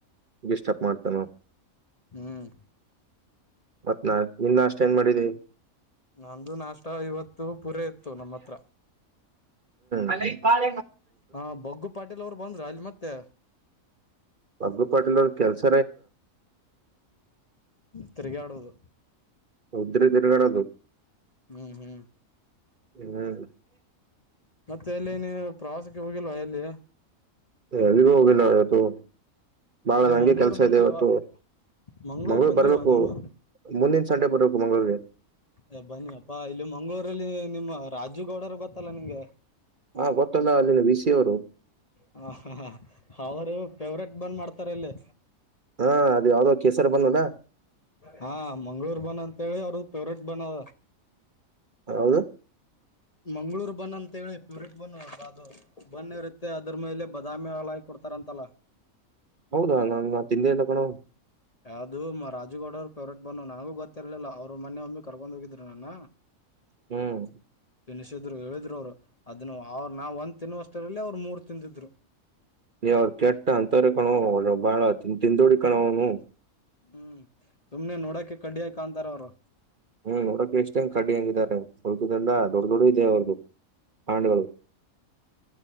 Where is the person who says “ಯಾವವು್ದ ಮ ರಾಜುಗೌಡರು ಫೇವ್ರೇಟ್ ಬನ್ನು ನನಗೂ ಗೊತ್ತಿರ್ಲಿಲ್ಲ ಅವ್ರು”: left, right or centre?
Left